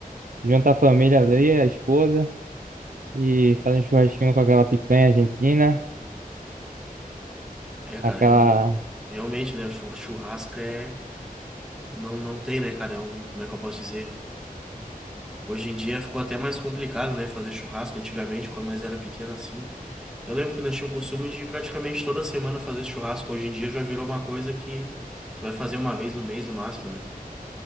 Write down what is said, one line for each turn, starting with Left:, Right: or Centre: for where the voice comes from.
Right: junta a família ali, a esposa, e faz um churrasquinho com aquela picanha argentina,
Centre: é,
Right: aquela...
Centre: cara, eu, eu- realmente, né, chu- churrasco é, não, não tem, né, cara, é um, como é que eu posso dizer? Hoje em dia ficou até mais complicado, né, fazer churrasco, antigamente, quando nós era pequeno, assim, eu lembro que nós tínhamos o costume de praticamente toda semana fazer churrasco, hoje em dia já virou uma coisa que tu vai fazer uma vez no mês, no máximo, né?